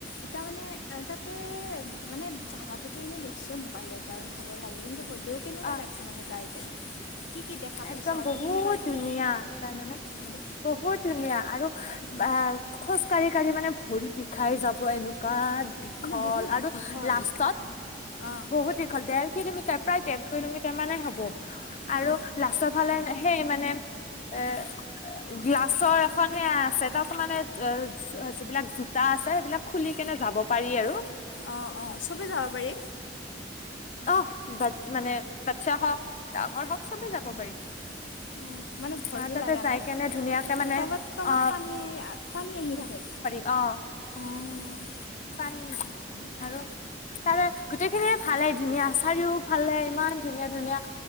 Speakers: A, on the left; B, on the left.
A: এতিয়া মানে তা'তে- মানে জাগাটোতো এনেই দেখিছোঁ মোবাইলত বাৰু ভালেই লাগে। কিন্তু হ'লেও- কেনেকুৱা
B: অ'
A: লাগিছে মানে যাই কেনে? কি কি দেখা পাইছা
B: একদম
A: বা
B: বহুত
A: কেনেকুৱা কি
B: ধুনীয়া তাৰমানে-
A: উম
B: বহুত ধুনীয়া আৰু
A: উম
B: বা' আ', - খোজ কাঢ়ি-কাঢ়ি মানে ভৰি বিষাই যাব এনেকুৱা- দীঘল
A: মানে বহুত
B: আৰু
A: দীঘল
B: লাষ্টত
A: অ
B: বহুত- দীঘল দেৰ কিলোমিটাৰ প্ৰায় দেৰ কিলোমিটাৰ মানে হ'ব। আৰু
A: অ
B: লাষ্টৰ ফালে সেই মানে এ- গ্লাছৰ এখন সেয়া আছে, তা'তো মানে অ' যিবিলাক জোতা আছে সেইবিলাক- খুলি কেনে যাব পাৰি আৰু।
A: অ অ চবেই যাব পাৰি
B: অঁহ', বাট মানে বাচ্ছা হওঁক, ডাঙৰ হওঁক চবেই যাব পাৰি।
A: হয়। উমঁ, মানে ভয়টো
B: আহ তাতে
A: লগা
B: যাই
A: নাই?
B: কেনে ধুনীয়াকে মানে
A: তলত-তলত
B: অ
A: পানী-পানী আহি থাকে।
B: অঁ'।
A: অঁ'।
B: পানী, আৰু তাৰে গোটেইখিনিয়ে ভালেই ধুনীয়া চাৰিও- ফালে ইমান ধুনীয়া-ধুনীয়া